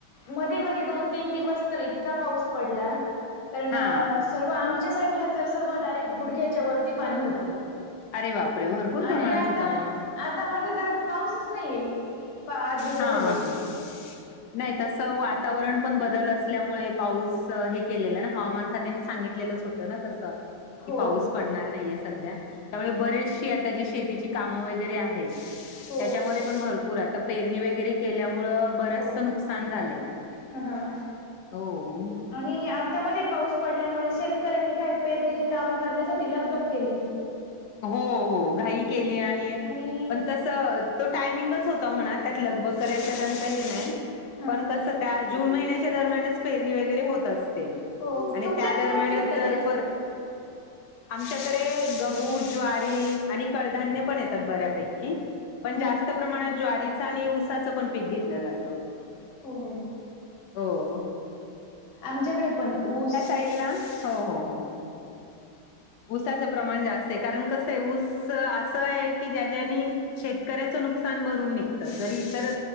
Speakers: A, on the left (about 80°); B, on the left (about 65°).
A: मध्ये मध्ये दोन तीन दिवस तर इतका पाऊस पडला. पण-
B: हा
A: तेव्हा आमच्या साईडला तर सर्व डायरेक्ट गुडघ्याच्या वरती पाणी होतं.
B: अरे बापरे! भरपूर प्रमाणात
A: आणि आता
B: होता मग.
A: आता मध्ये तर पाऊसच नाहीये. आठ दिवस
B: हा
A: झाले.
B: हा. नाही तसं वातावरण पण बदल असल्यामुळे पाऊस हे केलेलं ना? हवामान खात्याने सांगितलेलंच होतं- होतं ना तसं.
A: हो
B: कि पाऊस पडणार नाहीये सध्या. त्यामुळे बरेचशी आता जी शेतीची कामं वगैरे आहे- आहेत.
A: हो
B: त्याच्यामधे पण भरपूर आता पेरणी वगैरे- केल्यामुळं बरचसं
A: हो
B: नुकसान झालंय.
A: ह ह
B: हो.
A: आणि आत्ता मध्ये पाऊस पडल्यामुळे शेतकऱ्यांनी काय पेरणीची काम करण्यासाठी लगबग केली.
B: हो हो. घाई केली आणि
A: आणि
B: पण तस- तो टायमिंगच होता म्हणा. त्यात लगबग करायचं त्यांच हे नाही.
A: हा
B: पण कसं? त्या जून महिन्याच्या दरम्यानच पेरणी वगैरे होत असते.
A: हो
B: आणि
A: तुमच्याकडे
B: त्या दरम्यानच
A: काय पिकत
B: जर
A: ताई?
B: पर, आमच्याकडे गहू- ज्वारी आणि कडधान्य पण येतात बऱ्यापैकी. पण
A: ह
B: जास्त प्रमाणात- ज्वारीच आणि ऊसाचं पण पीक घेतलं जातं भरपूर.
A: हो,
B: हो
A: आमच्याकडे पण ऊस
B: <unintelligible> ना, हो, हो, हो. ऊसाचं प्रमाण जास्त ये, कारण कस आहे ऊस असं आहे की, ज्यांनी ज्यांनी शेतकऱ्याचं नुकसान भरून निघतं, जरी इतर